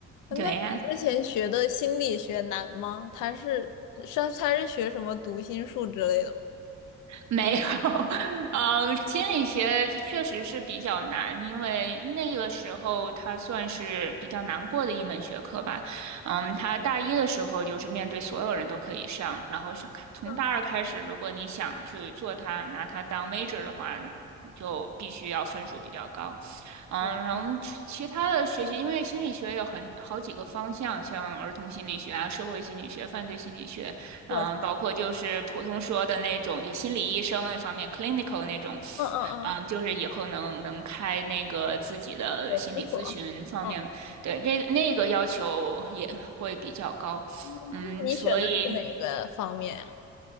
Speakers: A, on the left; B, on the right.
A: 那你之前学的心理学难吗？
B: 对呀、
A: 他是是他是学什么读心术之类的吗？
B: 没有，<laughs> 嗯，心理学这确实是比较难，因为那个时候它算是比较难过的一门学科吧。嗯，它大一的时候就是面对所有人都可以上，然后上从大二开始，
A: 嗯，
B: 如果你想去做它，拿它当 major 的话，就必须要分数比较高。嗯，
A: 我我
B: 然后其其他的学习，因为心理学有很好几个方向，像儿童心理学啊、社会心理学、犯罪心理学。
A: 哇塞，
B: 嗯，包括就是普通说的那种，就心理医生那方面，clinical 那种，
A: 嗯嗯嗯，
B: 嗯，就是以后能能开那个自己的心理咨询方面，
A: 小诊所。嗯，
B: 对，这个那个要求也会比较高，
A: 嗯那你选的是哪个方面呀？
B: 嗯，所以。